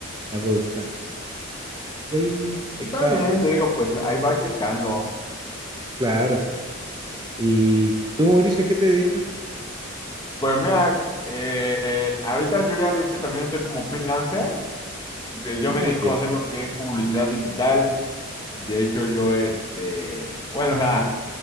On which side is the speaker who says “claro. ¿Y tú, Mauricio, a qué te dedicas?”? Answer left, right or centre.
Right